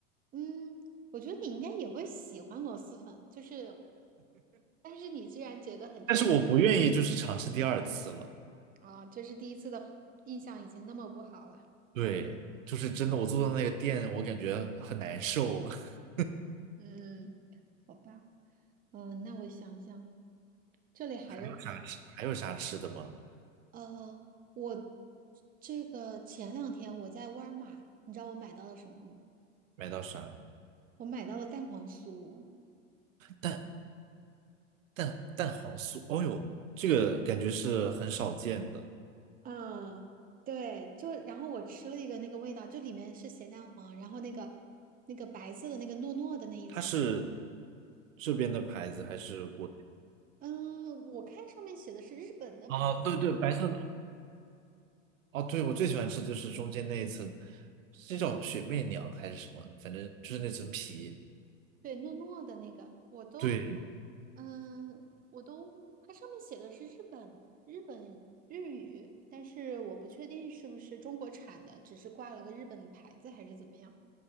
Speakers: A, on the right; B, on the right.
A: 嗯，我觉得你应该也会喜欢螺蛳粉，就是，但是你居然觉得很臭。
B: 但是我不愿意就是尝试第二次了。
A: 啊，这是第一次的印象已经那么不好了。
B: 对，就是真的，我坐到那个店，我感觉很难受。<laughs>
A: 嗯，好吧。嗯，那我想想，这里还有什么？
B: 有啥吃？还有啥吃的吗？
A: 呃，我这个前两天我在沃尔玛，你知道我买到了什么吗？
B: 买到啥？
A: 我买到了蛋黄酥。
B: 蛋蛋蛋黄酥，哦呦，这个感觉是很少见的。
A: 嗯，对，就然后我吃了一个那个味道，就里面是咸蛋黄，然后那个那个白色的那个糯糯的那一层。
B: 它是这边的牌子还是国内？
A: 嗯，我看上面写的是日本的牌。
B: 啊，对对，白色的。哦，对，我最喜欢吃的就是中间那一层，这叫雪媚娘还是什么？反正就是那层皮。
A: 对，诺诺的那个，我都，
B: 对，
A: 嗯、我都，它上面写的是日本日本日语，但是我不确定是不是中国产的，只是挂了个日本的牌子还是怎么样。